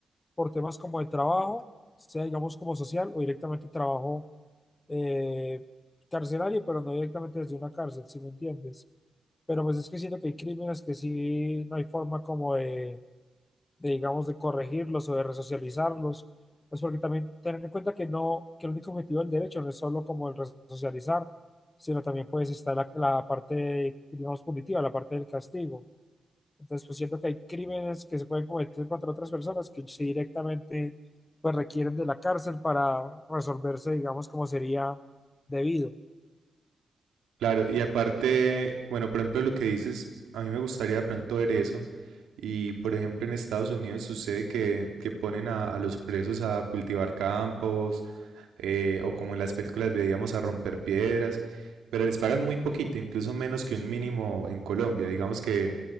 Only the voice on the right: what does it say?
claro, y aparte, bueno, por ejemplo, lo que dices, a mí me gustaría de pronto ver eso. Y por ejemplo, en Estados Unidos sucede que, que ponen a, a los presos a cultivar campos eh, o como en las películas veíamos a romper piedras, pero les pagan muy poquito, incluso menos que un mínimo en Colombia, digamos que